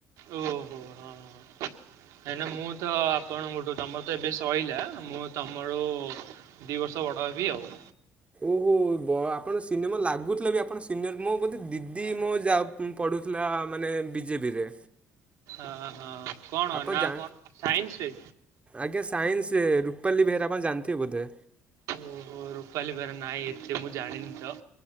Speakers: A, on the right (about 80°); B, on the right (about 20°).
A: ଓହୋ ହଁ ହଁ। କାହିଁକି ନା ମୁଁ ତ ଆପଣଙ୍କ ଠୁ ତମର ତ ଏବେ ସଇଲା ମୁଁ ତ ମୋର ଦି ବର୍ଷ ବଡ଼ ହେବି ଆଉ।
B: ଓହୋ ବ ଆପଣ ସିନେମା ଲାଗୁଥିଲା ବି ଆପଣ ସିନର ମୋ ବୋଧେ ଦିଦି ମୋ ଯା ଦି ପଢ଼ୁଥିଲା ମାନେ ବିଜେପିରେ।
A: ଆ ହା କଣ
B: ଆପଣ
A: ନା
B: ଜା
A: କଣ ସାଇନ୍ସ ରେ?
B: ଆଜ୍ଞା ସାଇନ୍ସ ରେ ରୂପାଲି ବେହେରା ଆପଣ ଜାଣିଥିବେ ବୋଧେ।
A: ଓ ହୋ ରୂପାଲି ବେହେରା ନାଁଇ ଏତେ ମୁଁ ଜାଣିନି ତ।